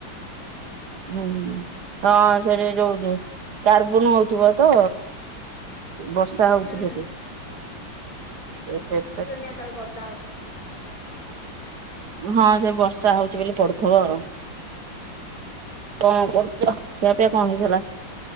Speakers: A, on the right (about 55°); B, on the left (about 45°).
A: ହୁଁ ହୁଁ ହଁ ସେଠି ଯୋଉ କାର୍ବୁନ ହୋଉଥିବ ତ। ବର୍ଷା ହୋଉଚି
B: ହୁଁ
A: ସେଠି ସେ
B: ପୁରୁଣିିଆ କାଳ ଗଦା
A: ହଁ ସେ ବର୍ଷା ହୋଉଚି ବୋଲି ପଡୁଥିବ ଆଉ କଣ କରୁଚ ଖିଆପିଆ କଣ ହେଲା